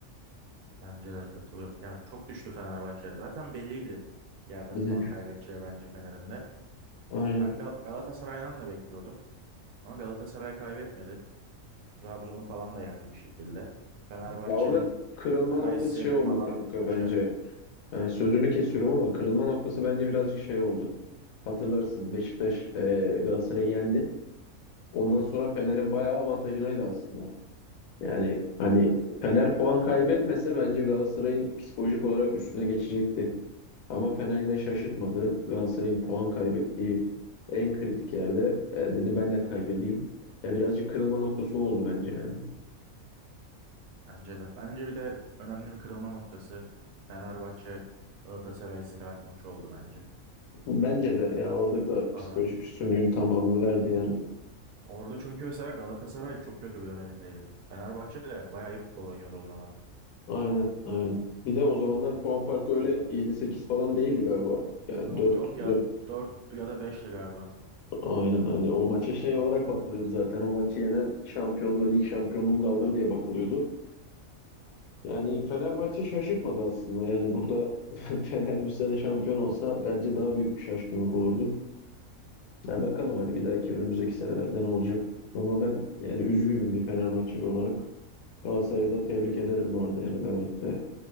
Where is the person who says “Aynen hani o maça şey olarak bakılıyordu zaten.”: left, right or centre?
Left